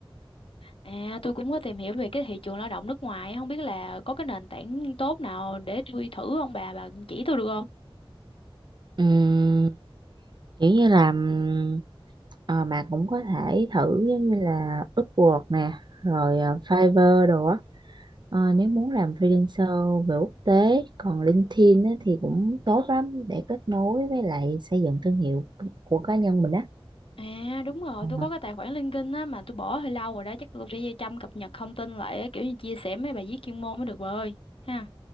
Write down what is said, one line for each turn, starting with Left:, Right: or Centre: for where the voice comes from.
Left: à tôi cũng có tìm hiểu về cái thị trường lao động nước ngoài không biết là có cái nền tảng tốt nào để tôi thử không bà bà chỉ tôi được không
Right: ừm, kiểu như là ừm, ờ, mà cũng có thể thử giống như là Upwork nè rồi ờ, Fiverr đồ á Ờ, nếu muốn làm freelancer về quốc tế còn LinkedIn á, thì cũng tốt lắm để kết nối với lại xây dựng thương hiệu của cá nhân mình á
Left: à đúng rồi
Right: Ờ.
Left: tôi có cái tài khoản LinkedIn á mà tôi bỏ hơi lâu rồi đó chắc tôi phải chăm cập nhật thông tin lại á, kiểu như chia sẻ mấy bài viết chuyên môn mới được bà ơi ha